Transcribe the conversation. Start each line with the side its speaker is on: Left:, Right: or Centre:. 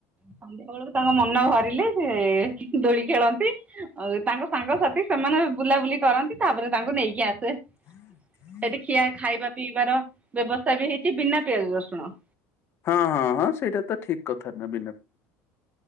Right: ସନ୍ଧ୍ୟା ବେଳକୁ ତାଙ୍କ ମନ ଭରିଲେ ସେ ଦୋଳି ଖେଳନ୍ତି। ଆଉ ତାଙ୍କ ସାଙ୍ଗସାଥି ସେମାନେ ବୁଲାବୁଲି କରନ୍ତି ତାପରେ ତାଙ୍କୁ ନେଇକି ଆସେ।
Left: ହଁ ହ
Right: ସେଠି ଖିଆ ଖାଇବା ପିଇବାର ବ୍ୟବସ୍ଥା ବି ହେଇଛି ବିନା ପିଆଜ ରସୁଣ।
Left: ହଁ ହଁ ହଁ ସେଇଟା ତ ଠିକ କଥା ନା